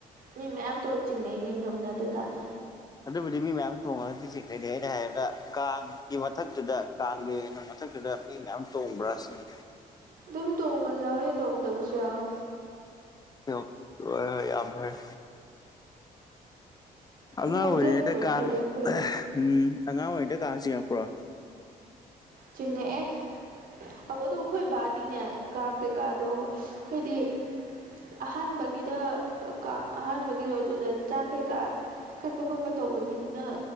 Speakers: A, on the right (about 65°); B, on the left (about 25°).
A: ꯃꯤ ꯃꯌꯥꯝ ꯇꯧꯔ ꯆꯤꯡꯅꯩꯅꯦ ꯉꯝꯅꯗꯖꯥꯠꯅꯦ
B: ꯑꯗꯨꯕꯨꯗꯤ ꯃꯤ ꯃꯌꯥꯝ ꯇꯣꯡꯉꯒꯗꯤ ꯆꯤꯡꯗꯣꯏꯅꯦ ꯑꯩꯅ ꯍꯥꯏꯕ ꯀꯥꯡ__ ꯒꯤ ꯃꯊꯛꯇꯨꯗ ꯀꯥꯡꯂꯦꯅ ꯃꯊꯛꯇꯨꯗ ꯃꯤ ꯃꯌꯥꯝ ꯇꯣꯡꯕ꯭ꯔꯥ ꯁꯤꯅꯤꯗ
A: ꯑꯗꯨꯝ ꯇꯣꯡꯕꯁꯨ ꯌꯥꯎꯋꯤ ꯇꯣꯡꯗꯕꯁꯨ ꯌꯥꯎꯋꯦ
B: <unintelligible> ꯔꯣꯏ ꯍꯣꯏ ꯌꯥꯝ ꯐꯔꯦ ꯑꯉꯥꯡ
A: ꯅꯣꯡꯁꯦ
B: ꯑꯣꯏꯔꯤꯉꯩꯗ
A: ꯑꯃꯨꯛ ꯀꯟꯈꯠꯂꯛꯑꯦ
B: ꯀꯥꯡ
A: ꯑꯩꯈꯣꯏꯗꯤ
B: ꯎꯝ ꯑꯉꯥꯡ ꯑꯣꯏꯔꯤꯉꯩꯗ ꯀꯥꯡ ꯆꯤꯡꯉꯛꯄ꯭ꯔꯣ
A: ꯆꯤꯡꯉꯛꯑꯦ ꯑꯒꯣꯗꯨ ꯈꯣꯏ ꯕꯥꯗꯤꯅꯦ ꯀꯥꯡ ꯀꯩꯀꯥꯗꯣ ꯈꯣꯏꯗꯤ__ ꯑꯍꯥꯟꯕꯒꯤꯗ ꯀꯥꯡ ꯑꯍꯥꯟꯕꯒꯤꯗꯣ ꯑꯗꯨꯗ ꯆꯥꯛ ꯀꯩꯀꯥ__ ꯀꯠꯄ ꯈꯣꯠꯄ ꯇꯧꯕꯅꯤꯅ